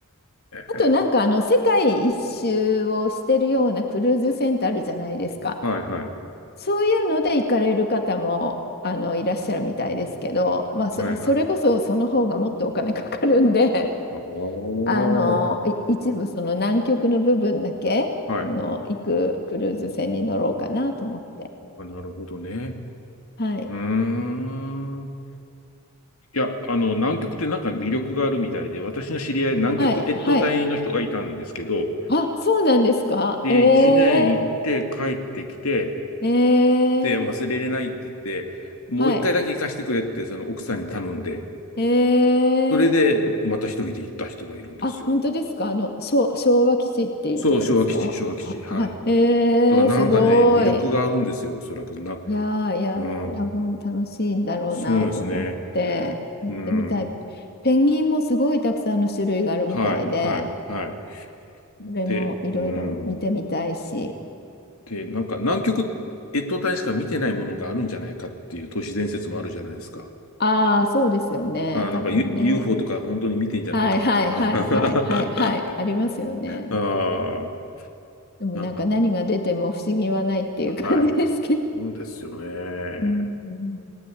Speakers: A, on the left; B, on the left.
A: あとなんかあの世界一周をしてるようなクルーズ船ってあるじゃないですか。
B: え。はいはい。
A: そういうので行かれる方もあのいらっしゃるみたいですけど、まあ、そ、
B: はいはい。
A: それこそその方がもっとお金かかるんで
B: ああ、は
A: あの、い一部その南極の部分だけ、
B: い。
A: その行くクルーズ船に乗ろうかなと思って。
B: あなるほどね。
A: はい。
B: うーん。いや、あの、南極ってなんか魅力があるみたいで、私の知り合い、南極越冬隊の人がいたんですけど、
A: はい。はい。あ、そうなんですかええ
B: で、1年行って帰ってきて、
A: ええ
B: て忘れれないって言って、もう一回だけ行かしてくれって、
A: はい。
B: その奥さんに頼んで、
A: ええ
B: それでまた一人で行った人がいるんですよ。
A: あ、本当ですかあの、昭昭和基地っていうとこですかあ、
B: そう、昭和基地、昭和基地。はい。
A: はい。
B: だか
A: ええすごい。
B: らなんかね、魅力があるんですよ、おそらくな。
A: いやー、いや、
B: うん。
A: 多分楽しいんだろうなと思って、
B: そうですね。
A: 行ってみたい。
B: うん。
A: ペンギンもすごいたくさんの種類があるみたいで、
B: はい、はい、はい。
A: それもいろいろ見てみたいし。
B: で、うん。で、なんか南極越冬隊しか見てないものがあるんじゃないかっていう都市伝説もあるじゃないですか。
A: ああ、そうですよね。
B: あーなんか、
A: 多分ね。
B: U、UFO とか本当に見てんじゃないかとか。
A: はいはいはいはいはいはい。
B: あー
A: ありますよね。
B: <laughs> あー、
A: でもなんか何が出ても不思議はないっていう感じですけど。
B: なんか、はい。そうですよね。
A: うん